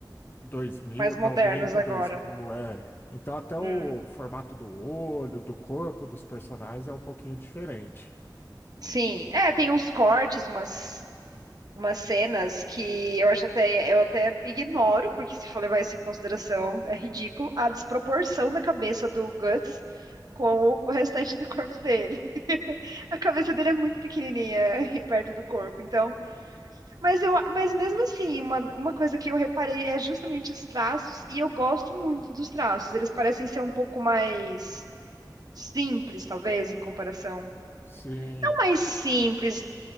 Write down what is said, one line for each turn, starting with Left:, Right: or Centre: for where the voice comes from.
Left: dois mil
Right: mais modernos
Left: noventa,
Right: agora.
Left: dois mil é. Então até
Right: Hum,
Left: o formato do olho, do corpo dos personagens é um pouquinho diferente.
Right: sim. É, tem uns cortes, umas, umas cenas que eu acho até, eu até ignoro, porque se for levar isso em consideração, é ridículo, a desproporção da cabeça do Guts com o, o restante do corpo dele. <laughs> A cabeça dele é muito pequenininha <laughs> perto do corpo, então. Mas eu, mas mesmo assim, uma, uma coisa que eu reparei é justamente os traços, e eu gosto muito dos traços. Eles parecem ser um pouco mais simples, talvez, em comparação.
Left: Sim,
Right: Não mais simples,